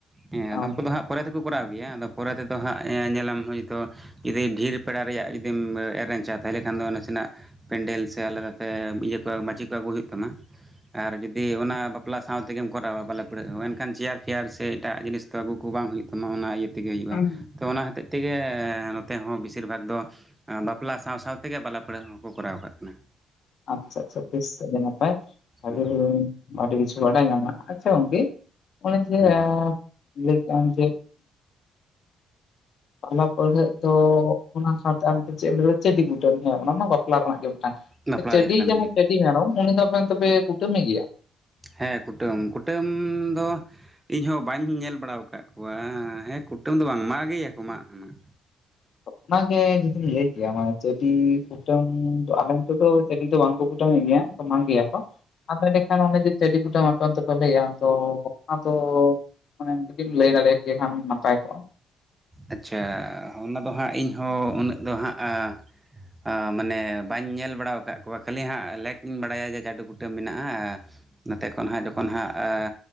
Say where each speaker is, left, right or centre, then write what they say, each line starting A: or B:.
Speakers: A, on the right; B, on the left.
A: ᱦᱮᱸ
B: ᱚ
A: ᱟᱫᱚᱢ ᱠᱚᱫᱚ ᱦᱟᱸᱜ ᱯᱚᱨᱮ ᱛᱮᱠᱚ ᱠᱚᱨᱟᱣ ᱜᱮᱭᱟ᱾ ᱟᱫᱚ ᱯᱚᱨᱮ ᱛᱮᱫᱚ ᱦᱟᱸᱜ ᱮᱸ ᱧᱮᱞᱟᱢ ᱦᱳᱭᱛᱚ ᱛᱚ ᱡᱩᱫᱤ ᱰᱷᱤᱨ ᱯᱮᱲᱟ ᱨᱮᱭᱟᱜ ᱡᱩᱫᱤᱢ ᱮᱨᱮᱱᱪᱟ ᱛᱟᱦᱚᱞᱮ ᱠᱷᱟᱱ ᱫᱚ ᱱᱟᱥᱮᱱᱟᱜ ᱯᱮᱱᱰᱮᱞ ᱥᱮ ᱟᱞ ᱞᱮᱠᱟᱛᱮ, ᱤᱭᱟᱹ ᱠᱚ ᱢᱟᱹᱪᱤ ᱠᱚ ᱟᱹᱜᱩ ᱦᱩᱭᱩᱼᱜ ᱛᱟᱢᱟ᱾ ᱟᱨ ᱡᱩᱫᱤ ᱚᱱᱟ ᱵᱟᱯᱞᱟ ᱥᱟᱶ ᱛᱮᱜᱮᱢ ᱠᱚᱨᱟᱣᱟ ᱵᱟᱞᱟ ᱯᱟᱹᱲᱦᱟᱹᱜ ᱦᱚᱸ᱾ ᱮᱱᱠᱷᱟᱱ ᱪᱮᱭᱟᱨ ᱯᱷᱮᱭᱟᱨ ᱥᱮ ᱮᱴᱟᱜ ᱡᱤᱱᱤᱥ ᱛᱚ ᱟᱹᱜᱩ ᱠᱚ ᱵᱟᱝ ᱦᱩᱭᱩᱜ ᱛᱟᱢᱟ᱾ ᱚᱱᱟ ᱤᱭᱟᱹ ᱛᱮᱜᱮ ᱦᱩᱭᱩᱜᱼᱟ᱾
B: ᱦᱩᱸ ᱦᱩᱸ᱾
A: ᱛᱚ ᱚᱱᱟ ᱦᱚᱛᱮᱡ ᱛᱮᱜᱮ ᱦᱮᱸ ᱱᱚᱛᱮ ᱦᱚᱸ ᱵᱮᱥᱤᱨ ᱵᱷᱟᱜᱽ ᱫᱚ ᱟᱸ ᱵᱟᱯᱞᱟ ᱥᱟᱶ ᱥᱟᱶᱛᱮᱜᱮ ᱵᱟᱞᱟ ᱯᱟᱹᱲᱦᱟᱹ ᱦᱚᱸᱠᱚ ᱠᱚᱨᱟᱣ ᱠᱟᱜ ᱠᱟᱱᱟ᱾
B: ᱟᱪᱪᱷᱟ ᱟᱪᱪᱷᱟ ᱵᱮᱥ ᱟᱹᱰᱤ ᱱᱟᱯᱟᱭ <unintelligible>
A: ᱦᱮᱸ
B: ᱟᱹᱰᱤ ᱠᱤᱪᱷᱩ ᱵᱟᱰᱟᱭ ᱧᱟᱢᱟ᱾ ᱟᱪᱪᱷᱟ ᱜᱚᱝᱠᱮ ᱚᱱᱮ ᱡᱮ
A: ᱦᱮᱸ
B: ᱟᱻ ᱞᱟᱹᱭ ᱠᱮ-ᱟᱢ ᱡᱮ ᱯᱟᱞᱟ ᱯᱟᱹᱲᱦᱟᱹᱜ ᱫᱚ, ᱚᱱᱟ ᱥᱟᱶᱛᱮ ᱟᱢ ᱪᱮᱫ ᱮᱢ ᱞᱟᱹᱭᱟ᱾ ᱪᱟᱹᱰᱤ ᱠᱩᱴᱟᱹᱱ ᱦᱮᱸ ᱚᱱᱟ ᱢᱟ ᱵᱟᱯᱞᱟ ᱨᱮᱱᱟᱜ ᱜᱮ ᱢᱤᱫᱴᱟᱝ᱾
A: ᱵᱟᱯᱞᱟ
B: ᱪᱟᱹᱰᱤ
A: ᱨᱮᱭᱟᱜ ᱠᱟᱱ
B: ᱡᱟᱦᱟᱸᱭ
A: ᱜᱮᱭᱟ
B: ᱪᱟᱹᱰᱤ ᱢᱮᱨᱚᱢ ᱩᱱᱤ ᱫᱚ ᱟᱵᱮᱱ ᱫᱚᱯᱮ ᱠᱩᱴᱟᱹᱢᱮ ᱜᱮᱭᱟ?
A: ᱦᱮᱸ ᱠᱩᱴᱟᱹᱢ᱾ ᱠᱩᱴᱟᱹᱢ ᱫᱚ ᱤᱧ ᱦᱚᱸ ᱵᱟᱹᱧ ᱧᱮᱞ ᱵᱟᱲᱟᱣ ᱟᱠᱟᱫ ᱠᱚᱣᱟ᱾ ᱦᱮᱸ ᱠᱩᱴᱟᱹᱢ ᱫᱚ ᱵᱟᱝ ᱢᱟᱜᱮᱭᱟᱠᱚ ᱢᱟᱜ ᱢᱟᱜ᱾
B: ᱚᱱᱟᱜᱮ ᱡᱩᱫᱤᱢ ᱞᱟᱹᱭ ᱠᱮᱭᱟ ᱢᱟᱱᱮ ᱪᱟᱹᱰᱤ ᱠᱩᱴᱟᱹᱢ ᱫᱚ ᱟᱞᱮ ᱱᱤᱛᱚᱜ ᱫᱚ ᱪᱟᱹᱰᱤ ᱫᱚ ᱵᱟᱝᱠᱚ ᱠᱩᱴᱟᱹᱢᱮᱫ ᱜᱮᱭᱟ᱾ ᱥᱚᱢᱟᱱ ᱜᱤᱭᱟ ᱠᱚ ᱟᱠᱚ ᱠᱷᱟᱱ ᱚᱱᱮᱫᱚ ᱪᱟᱹᱰᱤ ᱠᱩᱴᱟᱹᱢ ᱟᱯᱮ ᱚᱱᱛᱮ ᱠᱚ ᱞᱮᱭᱟ᱾ ᱟᱫᱚ ᱚᱱᱟᱫᱚ ᱢᱟᱱᱮ ᱡᱩᱫᱤᱢ ᱞᱟᱹᱭ ᱫᱟᱲᱮ ᱠᱮᱭᱟ ᱠᱷᱟᱱ ᱱᱟᱯᱟᱭ ᱠᱚᱜᱼᱟ᱾
A: ᱟᱪᱪᱷᱟ ᱚᱱᱟ ᱫᱚ ᱦᱟᱸᱜ ᱤᱧᱦᱚᱸ ᱩᱱᱟᱹᱜ ᱫᱚ ᱦᱟᱸᱜ ᱟ ᱟ ᱢᱟᱱᱮ ᱵᱟᱹᱧ ᱧᱮᱞ ᱵᱟᱲᱟᱣ ᱠᱟᱜ ᱠᱚᱣᱟ, ᱠᱷᱟᱹᱞᱤ ᱦᱟᱸᱜ ᱞᱮᱠ ᱤᱧ ᱵᱟᱲᱟᱭᱟ ᱡᱮ ᱪᱟᱹᱰᱤ ᱠᱩᱴᱟᱹᱢ ᱢᱮᱱᱟᱜᱼᱟ᱾ ᱱᱚᱛᱮ ᱠᱷᱚᱱ ᱦᱟᱸᱜ ᱡᱚᱠᱷᱚᱱ ᱦᱟᱸᱜ ᱟ